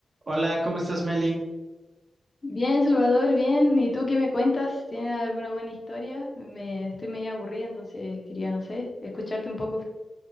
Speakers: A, on the right; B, on the left.
A: Hola, ¿cómo estás, Meli?
B: Bien, Salvador, bien. ¿Y tú qué me cuentas? ¿Tienes alguna buena historia? Me estoy medio aburrida, entonces quería, no sé, escucharte un poco.